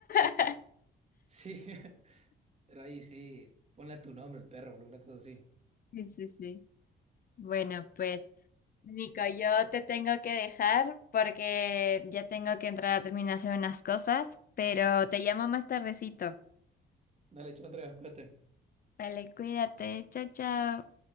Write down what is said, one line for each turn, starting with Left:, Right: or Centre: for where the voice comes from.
Left: <laughs>
Right: Sí, <laughs> pero ahí sí, ponle a tu nombre, el perro, o alguna cosa así.
Left: Sí, sí, sí. Bueno, pues. Nico, yo te tengo que dejar porque ya tengo que entrar a terminar de hacer unas cosas, pero te llamo más tardecito.
Right: Dale, chao, Andrea, cuídate.
Left: Vale, cuídate. Chao, chao.